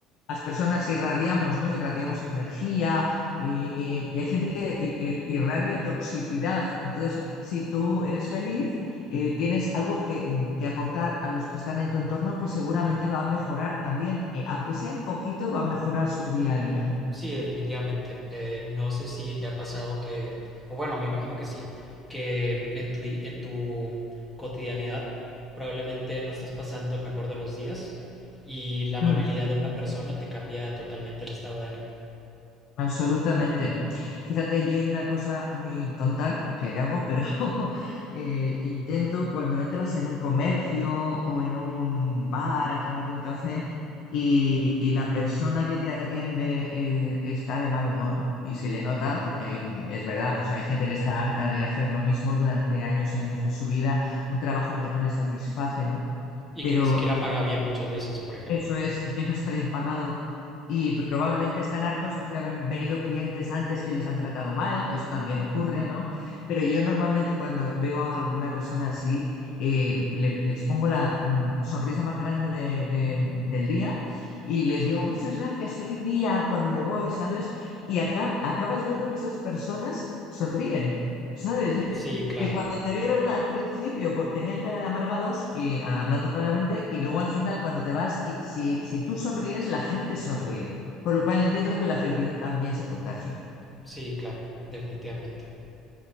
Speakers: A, on the left; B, in the centre.
A: las personas irradiamos, ¿no? Irradiamos energía y, y- y hay gente que i- i- irradia toxicidad. Entonces, si tú eres feliz, eh, tienes algo que, mm, que aportar a los que están en tu entorno que seguramente va a mejorar también, eh, aunque sea un poquito, va a mejorar su día a día.
B: Sí, definitivamente. Eh, no sé si te ha pasado que, o bueno, me imagino que sí, que en tu, di- en tu cotidianidad probablemente no estás pasando el mejor de los días y la amabilidad
A: Mm.
B: de una persona te cambia totalmente el estado de ánimo
A: Absolutamente. Fíjate, yo hay una cosa muy tonta que hago, pero <laughs> eh, intento cuando entras en un comercio o en un bar a tomarte un café y, y la persona que te atiende eh, está de mal humor y se le nota, porque hay- es verdad, pues hay gente que está harta de hacer lo mismo durante años y años de su vida, un trabajo que no le satisface, ¿no?
B: y
A: pero
B: que ni siquiera paga bien muchas veces, por ejemplo.
A: eso es, y que no está bien pagado. Y probablemente están hartos porque han venido clientes antes que les han tratado mal, que eso también ocurre, ¿no? Pero yo normalmente cuando veo a alguna persona así, eh, le- les pongo la mm, sonrisa más grande de- de- del día y les digo, muchas gracias, feliz día cuando me voy, ¿sabes? Y acab- acabas viendo que esas personas sonríen, ¿sabes? <laughs>
B: Sí, claro,
A: Que cuando te vieron la- al principio pues, tenían cara de amargados y ah, hablando claramente, y luego al final cuando te vas, y si, si tú sonríes, la gente sonríe. Con lo cual entiendo que la felicidad también se contagia.
B: sí, claro, definitivamente.